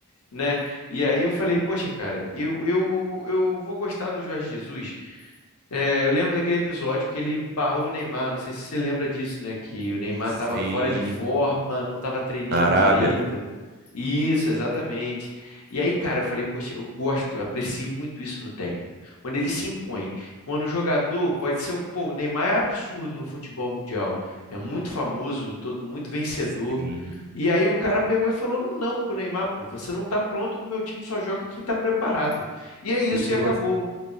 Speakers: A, on the left; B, on the right.
A: né? E aí eu falei, poxa, cara, eu, eu, eu vou gostar do Jorge Jesus. É, eu lembro daquele episódio que ele barrou o Neymar, não sei se você lembra disso, né? Que o Neymar
B: Sim,
A: estava fora de forma, não estava treinando
B: na Arábia.
A: direito. Isso, exatamente. E aí, cara, eu falei, poxa, eu gosto, eu aprecio muito isso no técnico. Quando ele se impõe, quando o jogador pode ser, o- pô, o Neymar é absurdo no futebol mundial, é muito famoso, todo, muito vencedor.
B: Sim.
A: E aí o cara pegou e falou, não pro Neymar, pô, você não tá pronto, no meu time só joga quem tá preparado. E é isso
B: E se
A: e acabou,
B: você